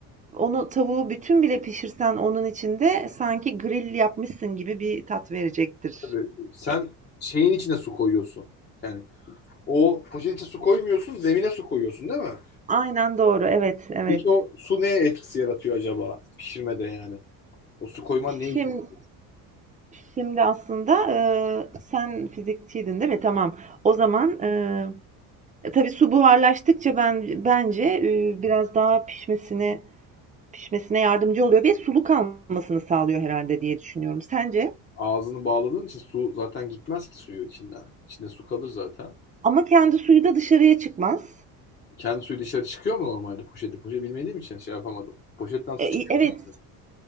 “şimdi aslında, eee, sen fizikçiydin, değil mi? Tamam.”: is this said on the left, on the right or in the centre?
Right